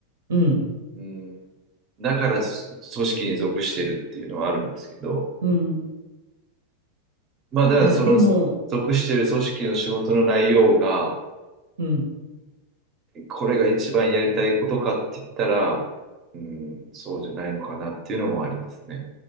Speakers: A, on the right; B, on the right.
A: うん。
B: うん、だからそ組織に属してるっていうのはあるんですけど、
A: うん。
B: まあ、だからその属している組織の仕事の内容が、
A: いや、でも、うん。
B: これが一番やりたいことかって言ったら、うん、そうじゃないのかなっていうのもありますね。